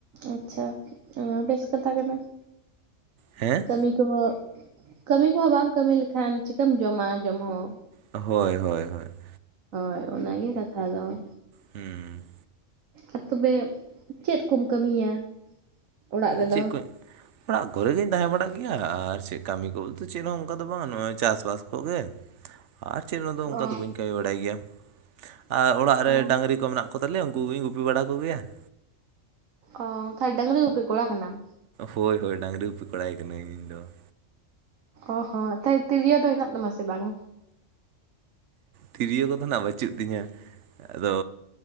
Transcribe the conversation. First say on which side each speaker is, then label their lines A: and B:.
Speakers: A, on the right (about 80°); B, on the right (about 65°).
A: ᱟᱪᱪᱷᱟ ᱚᱱᱟ ᱦᱚ ᱵᱮᱥ ᱠᱟᱛᱷᱟ ᱠᱟᱱᱟ ᱾
B: ᱦᱮᱸ?
A: ᱠᱟᱹᱢᱤ ᱠᱚᱦᱚ <inaudible> ᱠᱟᱹᱢᱤ ᱠᱚᱦᱚᱸ ᱵᱟᱢ ᱠᱟᱹᱢᱤ ᱞᱮᱠᱷᱟᱱ ᱪᱤᱠᱟᱹᱢ ᱡᱚᱢᱟ ᱡᱚᱢ ᱦᱚᱸ ᱾
B: ᱦᱳᱭ ᱦᱳᱭ ᱦᱳᱭ ᱾
A: ᱦᱳᱭ ᱚᱱᱟᱜᱮ ᱠᱟᱛᱷᱟ ᱫᱚ ᱾
B: ᱦᱮᱸᱻ
A: ᱟᱨ ᱛᱚᱵᱮ <inaudible> ᱪᱮᱫ ᱠᱚᱢ ᱠᱟᱹᱢᱤᱭᱟ? ᱚᱲᱟᱜ ᱨᱮᱫᱚ
B: ᱪᱮᱫ ᱠᱚ <inaudible> ᱚᱲᱟᱜ ᱠᱚᱨᱮᱜᱤᱧ ᱛᱟᱦᱮᱸ ᱵᱟᱲᱟᱜ ᱜᱮᱭᱟ ᱟᱨ ᱪᱮᱫ ᱠᱟᱹᱢᱤ ᱠᱚ ᱫᱚ ᱪᱮᱫ ᱦᱚᱸ ᱚᱱᱠᱟ ᱫᱚ ᱵᱟᱝ ᱱᱚᱜᱚᱭ ᱪᱟᱥ ᱵᱟᱥ ᱠᱚ ᱜᱮ ᱾ ᱟᱨ ᱪᱮᱫ ᱱᱚᱣᱟᱫᱚ ᱚᱱᱠᱟ
A: ᱚ
B: ᱫᱚ ᱵᱟᱹᱧ ᱠᱟᱢᱤ ᱵᱟᱲᱟᱭ ᱜᱮᱭᱟ ᱾ <inaudible> ᱟᱨ ᱚᱲᱟᱜ ᱨᱮ
A: ᱚ
B: ᱰᱟᱹᱝᱨᱤ ᱠᱚ ᱢᱮᱱᱟᱜ ᱠᱚ ᱛᱟᱞᱮᱭᱟ ᱩᱱᱠᱩᱜᱮᱧ ᱜᱩᱯᱤ ᱵᱟᱲᱟ ᱠᱚᱜᱮᱭᱟ ᱾
A: ᱚ ᱛᱟᱦᱮ ᱰᱟᱝᱨᱤ ᱜᱩᱯᱤ ᱠᱚᱲᱟ ᱠᱟᱱᱟᱢ?
B: ᱦᱳᱭ ᱦᱳᱭ ᱰᱟᱝᱨᱤ ᱜᱩᱯᱤ ᱠᱚᱲᱟ ᱜᱮ ᱠᱟᱹᱱᱟᱹᱧ ᱤᱧᱫᱚ ᱾
A: ᱚ ᱦᱚᱸ ᱛᱟᱦᱮ ᱛᱤᱨᱭᱳ ᱫᱚ ᱢᱮᱱᱟᱜ ᱛᱟᱢᱟ ᱥᱮ ᱵᱟᱝ?
B: ᱛᱤᱨᱭᱳ ᱠᱚᱫᱚ ᱦᱟᱸᱜ ᱵᱟᱹᱪᱩᱜ ᱛᱤᱧᱟ ᱾ <inaudible> ᱟᱫᱚ